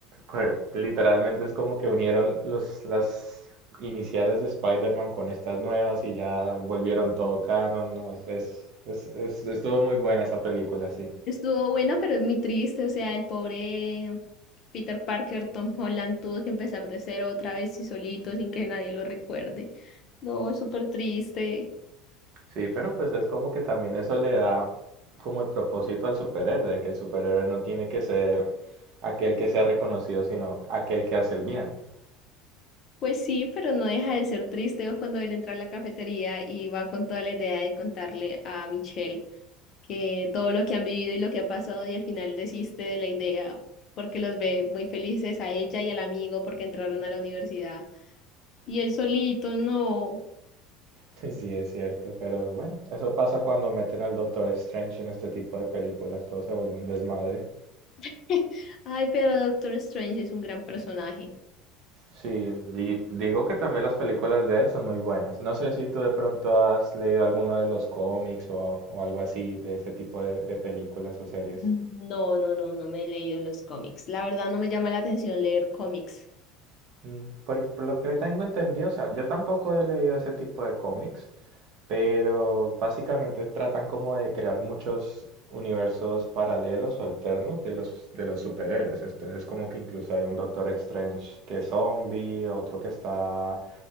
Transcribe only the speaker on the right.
que literalmente es como que unieron los, las iniciales de Spider-Man con estas nuevas y ya volvieron todo canon, ¿no? Es, es, es, es- estuvo muy buena esa película, sí.
Sí, pero pues es como que también eso le da como el propósito al superhéroe, de que el superhéroe no tiene que ser aquel que sea reconocido, sino aquel que hace el bien. <laughs>
Sí, sí, es cierto, pero bueno, eso pasa cuando meten al Doctor Strange en este tipo de películas, todo se vuelve un desmadre.
Sí, y digo que también las películas de él son muy buenas. No sé si tú de pronto has leído alguno de los cómics o, o algo así de ese tipo de, de películas o series.
Mm, Por, por lo que tengo entendido, o sea, yo tampoco he leído ese tipo de cómics, pero básicamente tratan como de crear muchos universos paralelos o alternos de los, de los superhéroes. Entonces, como que incluso hay un Doctor Strange que es zombie, otro que está